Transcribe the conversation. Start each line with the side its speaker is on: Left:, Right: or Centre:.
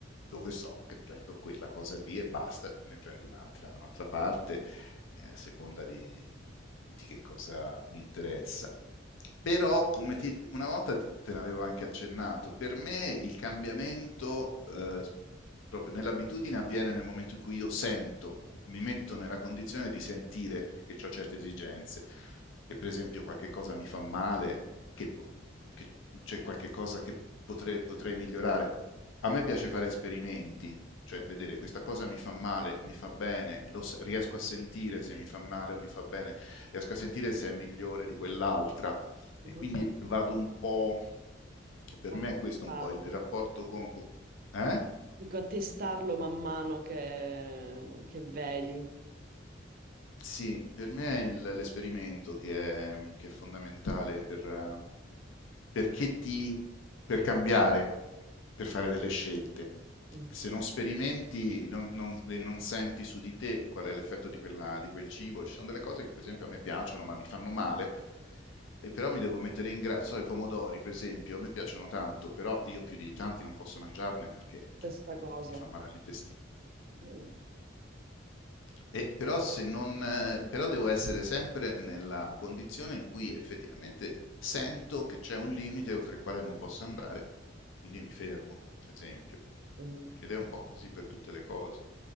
Left: dove so che prendo quella cosa lì e basta, e poi ne prendo un'altra, un'altra parte eh, a seconda di, di che cosa mi interessa però come ti, una volta te ne avevo anche accennato, per me il cambiamento eh, proprio nell'abitudine avviene nel momento in cui io sento, mi metto nella condizione di sentire che ho certe esigenze, che per esempio qualche cosa mi fa male, che, che c'è qualche cosa che potrei, potrei migliorare. A me piace fare esperimenti, cioè vedere questa cosa mi fa male, mi fa bene, lo, s- riesco a sentire se mi fa male o mi fa bene, riesco a sentire se è migliore di quell'altra e
Right: Mhm.
Left: quindi vado un po', per
Right: A
Left: me
Right: testarlo.
Left: questo è un po' il rapporto con... Eh?
Right: Dico a testarlo man mano che, che vedi
Left: Sì, per me è il- l'esperimento che è, che è fondamentale per, eh, perché ti, per cambiare, per fare delle scelte.
Right: Mhm.
Left: Se non sperimenti non- non- e non senti su di te qual è l'effetto di quella- di quel cibo, ci sono delle cose che per esempio a me piacciono ma mi fanno male, e però mi devo mettere in grado, so, i pomodori per esempio, a me piacciono tanto, però io più di tanti non posso mangiarne perché eh,
Right: questa cosa.
Left: mi fa male all'intestino.
Right: Mhm.
Left: E però, se non, eh, però devo essere sempre nella condizione in cui effettivamente sento che c'è un limite oltre il quale non posso andare, e quindi mi fermo, per esempio.
Right: Mhm.
Left: Ed è un po' così per tutte le cose,